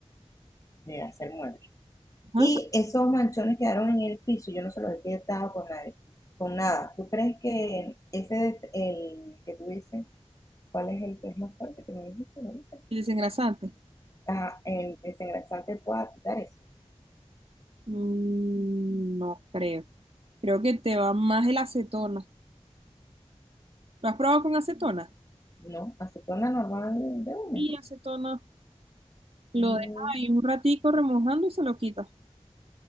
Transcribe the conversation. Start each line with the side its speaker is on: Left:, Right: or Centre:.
Left: de hacer muebles.
Right: ajá.
Left: Y esos manchones quedaron en el piso, yo no se los he quitado con nadie, con nada. ¿Tú crees que ese es el que tú dices, cuál es el que es más fuerte que me dijiste ahorita?
Right: El desengrasante.
Left: Ah, el desengrasante pueda quitar eso,
Right: Mm, no creo. Creo que te va más el acetona. ¿Lo has probado con acetona?
Left: ¿no? Acetona normal de una.
Right: Sí, acetona. Lo
Left: Mm,
Right: dejas ahí un ratico remojando y se lo quitas.